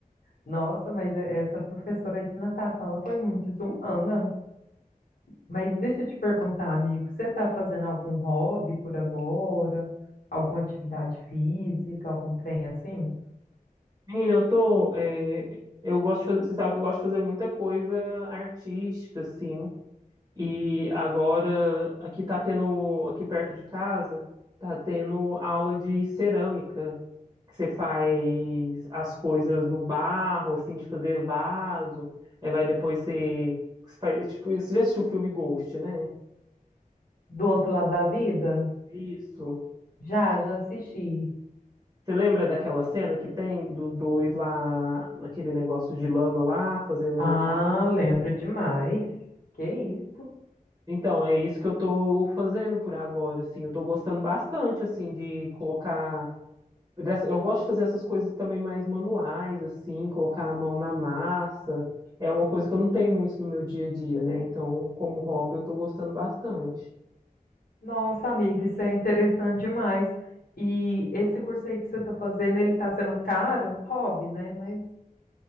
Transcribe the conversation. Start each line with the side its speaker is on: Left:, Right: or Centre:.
Left: Nossa, mas e- essa professora de natação, ela foi muito desumana. Mas deixa eu te perguntar, amigo, você tá fazendo algum hobby por agora? Alguma atividade física, algum trem assim?
Right: Menina, eu tô, é, eu gosto de fazer, você sabe que eu gosto de fazer muita coisa artística, assim. E agora, aqui tá tendo, aqui perto de casa, tá tendo aula de cerâmica, que você faz as coisas no barro, assim, de fazer vaso, aí vai depois você, faz, tipo, você já assistiu o filme Ghost, né?
Left: Do outro lado da vida?
Right: Isso.
Left: Já, já assisti.
Right: Você lembra daquela cena que tem dos dois lá, naquele negócio de lama lá, fazendo
Left: Ah,
Right: a... co-
Left: lembro demais. Que isso?
Right: Então, é isso que eu tô fazendo por agora, assim, eu tô gostando bastante, assim, de colocar dessa- Eu gosto de fazer essas coisas também mais manuais, assim, colocar a mão na massa. É uma coisa que eu não tenho muito no meu dia a dia, né? Então, como hobby, eu tô gostando bastante.
Left: Nossa, amiga, isso é interessante demais. E esse curso aí que você está fazendo, ele está sendo caro? Hobby, né? Mas